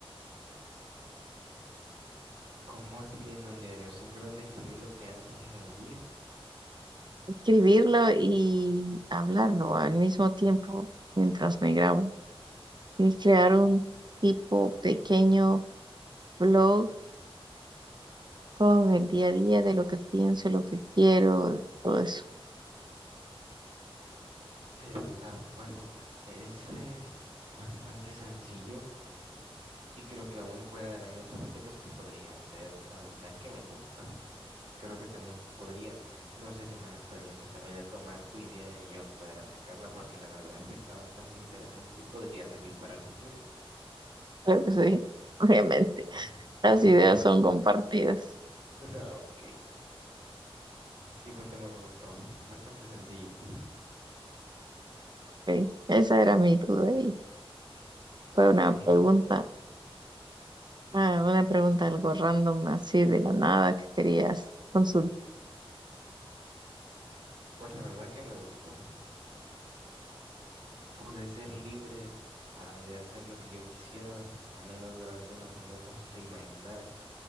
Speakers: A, on the right; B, on the right.
A: ¿Cómo escribiendo un diario? Simplemente escribir lo que haces en el día.
B: escribirlo y hablarlo al mismo tiempo mientras me grabo. y crear un tipo pequeño blog con el día a día de lo que pienso, lo que quiero, todo eso. <laughs>
A: Pero la, bueno, esa es bastante sencillo. Y creo que aún fuera del año sabático se podría hacer. La verdad es que me gusta. Creo que también podría. No sé si me das permiso también de tomar tu idea y yo a poder aplicarla, porque la verdad es que está bastante interesante y podría servir para el futuro.
B: Pero sí, obviamente,
A: <laughs>
B: las ideas son
A: No,
B: compartidas.
A: <laughs> no, ok. Sí, porque me gustó. Bastante sencillo.
B: Ok, Esa era mi duda y
A: Ok.
B: fue una
A: <laughs>
B: pregunta, ah, una pregunta algo random así de la nada que querías consultar,
A: Pues la verdad que me gustó. Pude ser libre, ah, de hacer lo que yo quisiera, al menos durante unos minutos, o imaginar